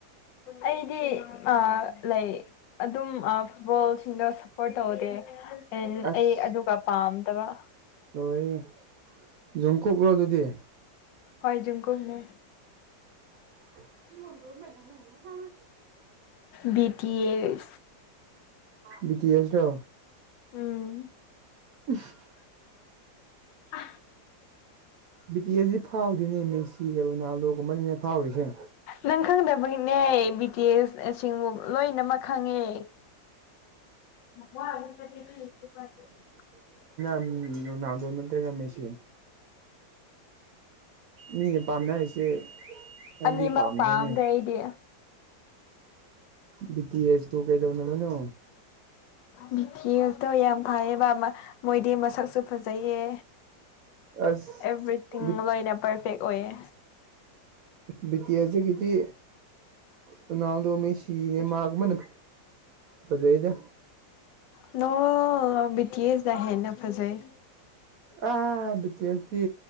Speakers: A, on the left (about 80°); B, on the right (about 65°).
A: ꯑꯩꯗꯤ ꯑꯥ ꯂꯩ ꯑꯗꯨꯝ ꯑꯥ ꯐꯨꯠꯕꯣꯜꯁꯤꯡꯗ ꯁꯞꯄꯣꯔꯠ ꯇꯧꯗꯦ ꯑꯦ
B: ꯑꯁ
A: ꯑꯩ ꯑꯗꯨꯒ ꯄꯥꯝꯗꯕ
B: ꯂꯣꯢꯔꯦꯍꯦ ꯖꯨꯡꯀꯣꯛꯔꯣ ꯑꯗꯨꯗꯤ
A: ꯍꯣꯏ ꯖꯨꯡꯀꯨꯛꯅꯦ
B: <unintelligible>
A: ꯕꯤ ꯇꯤ ꯑꯌꯔ
B: ꯕꯤ ꯇꯤ ꯑꯦꯁꯔꯣ
A: ꯎꯝ
B: <unintelligible>
A: ꯑ
B: ꯕꯤ ꯇꯤ ꯌꯦꯁꯗꯤ ꯐꯥꯎꯗꯦ ꯅꯦ ꯃꯦꯁꯤꯒ ꯔꯣꯅꯥꯜꯗꯣꯒ ꯃꯅꯤꯡꯗ ꯐꯥꯎꯔꯤꯁꯦ
A: ꯅꯪ ꯈꯪꯗꯕꯒꯤꯅꯦ ꯕꯤ ꯇꯤ ꯑꯦꯁ ꯁꯤꯡꯕꯨ ꯂꯣꯏꯅꯃꯛ ꯈꯪꯉꯦ <unintelligible>
B: ꯎꯝ ꯔꯣꯅꯥꯜꯗꯣ ꯅꯠꯇꯦꯒ ꯃꯦꯁꯤ ꯃꯤꯅ ꯄꯥꯝꯅꯔꯤꯁꯦ ꯅꯪꯗꯤ
A: ꯑꯅꯤꯃꯛ
B: ꯄꯥꯝꯗꯔꯦꯅꯦ
A: ꯄꯥꯝꯗꯦ ꯑꯩꯗꯤ
B: ꯕꯤ ꯇꯤ ꯑꯦꯁ ꯇꯨ ꯀꯩꯗꯧꯅꯕꯅꯣ
A: ꯕꯤ ꯇꯤ ꯑꯦꯁꯇꯣ ꯌꯥꯝ ꯐꯩꯌꯦꯕ ꯃ ꯃꯣꯏꯗꯤ ꯃꯁꯛꯁꯨ ꯐꯖꯩꯌꯦ
B: ꯑꯁ
A: ꯑꯦꯚ꯭ꯔꯤꯊꯤꯡ
B: ꯕꯤ
A: ꯂꯣꯏꯅ ꯄꯔꯐꯦꯛ ꯑꯣꯏꯌꯦ
B: ꯕꯤꯇꯤꯑꯦꯁ ꯇꯒꯤꯗꯤ ꯔꯣꯅꯥꯜꯗꯣ ꯃꯦꯁꯤ ꯅꯦꯃꯔꯒꯨꯝꯕꯅ ꯐꯖꯩꯗ
A: ꯅꯣ ꯕꯤ ꯇꯤ ꯑꯦꯁ ꯅ ꯍꯦꯟꯅ ꯐꯖꯩ
B: ꯑꯥ ꯕꯤꯇꯤꯑꯦꯁꯇꯤ